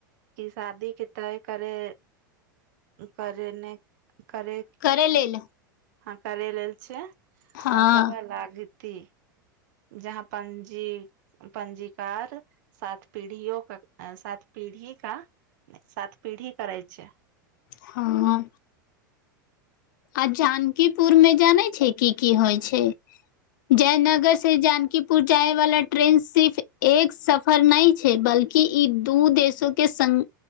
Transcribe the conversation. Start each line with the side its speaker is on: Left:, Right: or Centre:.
Right: कि शादी के तय करे। करे न करे।
Left: करे लयले।
Right: हं करे लेल छय,
Left: हँ
Right: आ सभे लागती। जहां पञजी पञजीकार सात पीढ़ियो क सात पीढ़ी का सात पीढ़ी करै छय।
Left: हं अ‌। आ जानकीपुर में जानै छै, की की होइ छै। जयनगर से जानकी। पुर जायबला ट्रेन सिर्फ एक सफर नहि छै, बल्कि ई दू देशो के सं